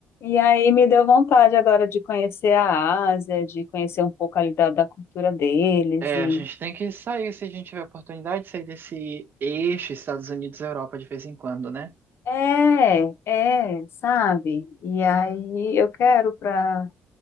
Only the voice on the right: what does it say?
É,
a gente tem que sair se a gente tiver oportunidade de sair desse eixo Estados Unidos-Europa de vez em quando, né?